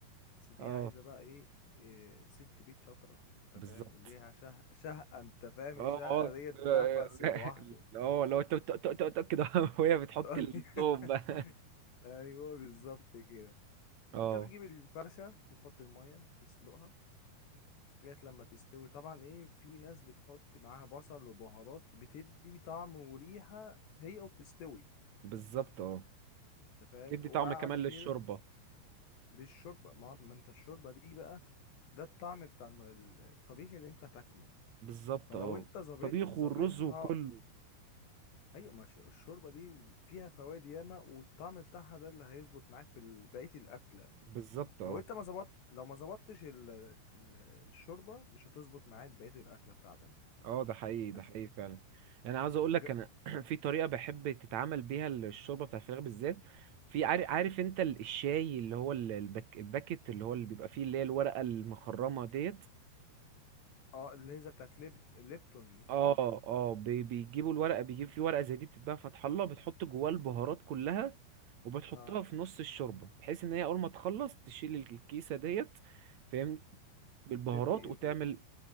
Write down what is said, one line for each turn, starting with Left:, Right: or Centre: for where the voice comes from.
Left: بس دي
Right: اه
Left: عايزة بقى إيه إيه، ست بيت شاطرة أنت
Right: بالظبط
Left: فاهم ليها شه... شهقة أنت فاهم
Right: اه
Left: الشهقة
Right: اه
Left: ديت
Right: <laughs>
Left: نفس لوحده
Right: اه لو انت كده <laughs> وهي بتحط
Left: <laughs>
Right: التوم بقى
Left: أيوة بالظبط كده
Right: <laughs> اه
Left: انت بتجيب الفرخة بتحط المية تسلقها لغاية لما تستوي طبعا ايه في ناس بتحط معاها بصل وبهارات بتدي طعم وريحة هي وبتستوي
Right: بالظبط اه
Left: انت فاهم
Right: تدي
Left: وبعد
Right: طعم كمان
Left: كده
Right: للشوربة
Left: للشوربة ما, ما انت الشوربة دي بقى ده الطعم بتاع الم- ال- الطبيخ اللي انت هتاكله
Right: بالظبط
Left: فلو
Right: اه
Left: انت ظابط
Right: الطبيخ
Left: ظابطها
Right: والرز وكله
Left: ايوه ما الش- الشوربة دي فيها فوائد ياما والطعم بتاعها ده اللي هيظبط معاك في ال- بقية الأكلة
Right: بالظبط اه
Left: لو انت ما ظبطت لو ما ظبطتش ال- ال- الشوربه مش هتظبط معاك بقيه الاكله بتاعتك
Right: اه ده حقيقي ده
Left: بس
Right: حقيقي فعلا انا عاوز اقول لك
Left: ج...
Right: انا <clears throat> في طريقة بحب تتعمل بيها الشوربة بتاع الفراخ بالذات في عارف, عارف انت ال- الشاي اللي هو ال- البك الباكت اللي هو اللي بيبقى فيه اللي هي الورقة المخرمة ديت
Left: اه الليزه بتاعت ليبت... ليبتون دي صح
Right: اه اه بي- بيجيبوا الورقة بيجيب فيه ورقة زي دي بتتباع فتح الله بتحط جواه البهارات كلها وبتحطها
Left: اه
Right: في نص الشوربة بحيث ان هي اول ما تخلص تشيل الكيسة ديت فاهمني، بالبهارات
Left: بتدي
Right: وتعمل